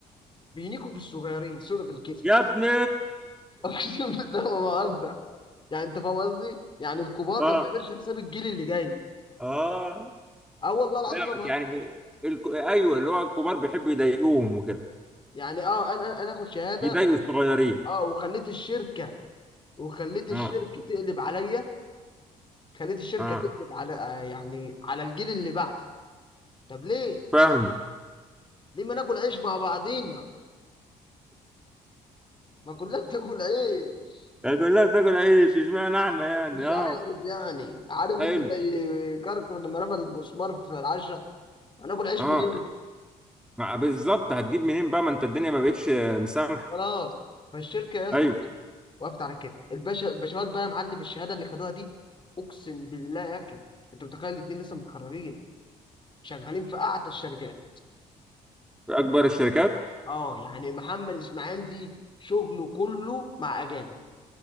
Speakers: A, on the left (about 30°); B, in the centre.
A: بينيكوا في الصغيرين سوري في الكيف
B: يا ابني
A: <laughs> اقسم بالله ما بهزر يعني انت فاهم قصدي يعني الكبار
B: <laughs> اه
A: ما بيعملش حساب الجيل اللي جاي
B: اه
A: اه والله العظيم
B: فاهمك
A: ما بهزر
B: يعني في الك... ايوه اللي هو الكبار بيحبوا يضايقوهم وكده
A: يعني اه انا انا انا اخد شهاده
B: يضايقوا
A: و-
B: الصغيرين
A: اه وخليت الشركه وخليت الشركه
B: اه
A: تقلب عليا خليت الشركه
B: اه
A: تقلب على آه، يعني على الجيل اللي بعدي طب ليه
B: فاهمك
A: ليه ما ناكل عيش مع بعضينا ما كلنا <laughs> بتاكل عيش
B: كلها بتاكل عيش اشمعنى احنا يعني
A: مش
B: اه
A: عارف يعني عارف انت
B: حلو
A: زي كركر لما رمى المسمار في العشرة هناكل عيش
B: اه
A: منين
B: مع- بالظبط هتجيب منين بقى ما انت الدنيا ما بقتش آه، مسامحه
A: خلاص فالشركة يا اسطى
B: ايوه
A: ايه؟ وقفت على كده الباشا الباشوات بقى يا معلم الشهادة اللي خدوها دي اقسم بالله يا اخي انت متخيل الاتنين لسه متخرجين شغالين في اعتى الشركات
B: اكبر الشركات
A: اه يعني محمد اسماعيل دي شغله كله مع اجانب